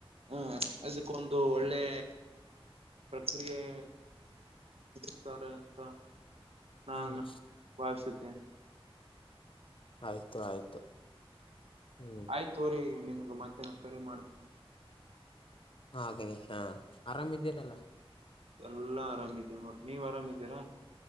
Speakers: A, on the right; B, on the left.
A: ಹ್ಮ ಅದಕ್ಕೊಂದು ಒಳ್ಳೆ ಪ್ರಕ್ರಿಯೆ. <inaudible>
B: ಹ್ಮ್
A: ನಾನು ಭಾವಿಸುತ್ತೇನೆ
B: ಆಯ್ತು ಆಯ್ತು. ಹ್ಮ್
A: ಆಯ್ತು ಹೋರಿ ನಿಮ್ಗ್ ಮತ್ತೆನ ಕರೆ ಮಾಡ್ತೀನ.
B: ಹಾಗನನೆ ಹಾ ಆರಾಮ್ದ್ದರಲ್ಲ.
A: ಎಲ್ಲಾ ಆರಾಮಿದೀ ನೋಡ್ರಿ. ನೀವ್ ಆರಾಮಿದ್ದೀರಾ.